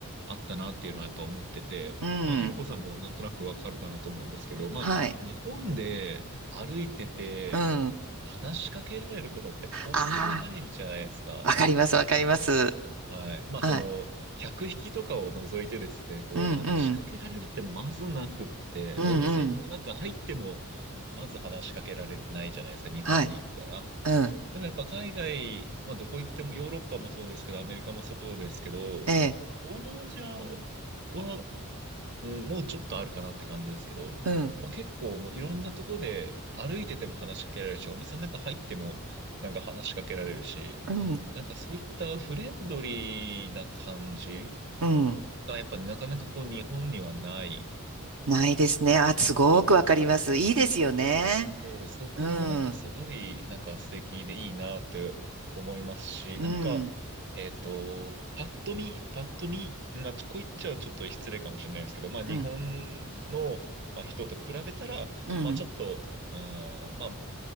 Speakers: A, on the right; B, on the right.
A: あったなっていうのはやっぱ思ってて、
B: うん。
A: まあ、ひろこさんもなんとなくわかるかなと思うんですけど、まあ、
B: はい。
A: 日本で歩いてて話しかけられることってほぼほぼないじゃないですか。
B: うん。あ、ああ、わかります、わかります。
A: はい。まあ、
B: はい。
A: その、客引きとかを除いてですね、こう、
B: うん、うん。
A: 話しかけられるってまずなくって、
B: うん、
A: お店の中入っても、
B: うん。
A: まず話しかけられないじゃないですか、日本に行ったら。
B: はい。うん。
A: でもやっぱ海外、まあ、どこ行っても、ヨーロッパもそうですけど、アメリカもそうですけど、
B: ええ。
A: 東南アジアはうん、もうちょっとあるかなって感じですけど、
B: うん、
A: まあ、結構もういろんなとこで歩いてても話しかけられるし、お店の中入ってもなんか話しかけられるし、
B: うん、
A: なんかそういったフレンドリーな感じ
B: うん。
A: がやっぱなかなかこう日本にはない、
B: ないですね。あ、
A: うん、
B: すごくわかります。
A: はい
B: いいですよね。
A: そうです。そこもなんかすごい、
B: うん、うん、
A: なんか素敵でいいなって思いますし、
B: うん、
A: なんか、えっと、パッと見、パッと見、まあ、ちょこう言っちゃちょっと失礼かもしれないですけど、まあ、
B: うん、
A: 日本の、まあ、人と比べたら、
B: うん、
A: まあ、ちょっと、うーん、ま